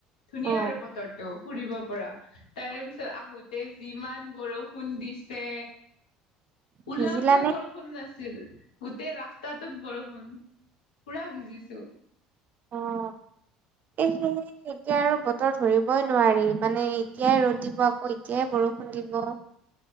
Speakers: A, on the left; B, on the right.
A: ধুনীয়া
B: অহ
A: আৰু বতৰটো ফুৰিব পৰা, তাৰেই পিছত আহোতে। যিমান বৰষুণ দিছে। ওলাওতেও
B: ভিজিলানে?
A: বৰষুণ নাছিল, গোটেই ৰাস্তাতটোত বৰষুণ। পুৰা ভিজিছো।
B: অ' এই। এতিয়া আৰু বতৰ ধৰিবই নোৱাৰি মানে এতিয়াই ৰ'দ দিব আকৌ এতিয়াই বৰষুণ দিব।